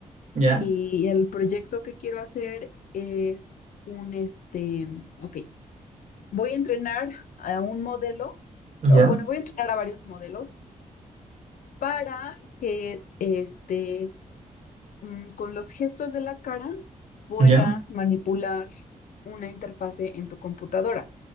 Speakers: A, on the right; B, on the left.
A: ¿ya?
B: Y el proyecto que quiero hacer es un, este, ok, voy a entrenar a un modelo,
A: ¿Ya?
B: o, bueno, voy a entrenar a varios modelos para que este, mm, con los gestos de la cara puedas
A: ¿Ya?
B: manipular una interfase en tu computadora.